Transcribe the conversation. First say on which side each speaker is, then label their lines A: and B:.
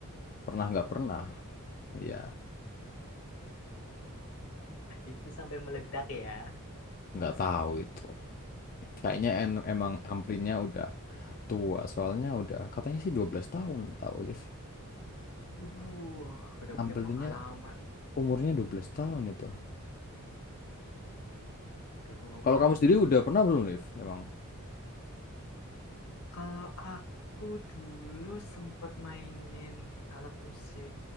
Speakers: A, on the left; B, on the left.
A: Pernah nggak pernah. Iya.
B: itu sampai meledak ya.
A: nggak tahu itu. Kayaknya en- emang amplinya udah tua, soalnya udah katanya sih 12 tahun tahu Liv.
B: Duh, udah punya
A: Amplinya
B: pengalaman,
A: umurnya 12 tahun itu.
B: udah tua
A: Kalau
B: banget
A: kamu sendiri
B: dong.
A: udah pernah belum Liv? Emang?
B: Kalau aku dulu sempet mainin alat musik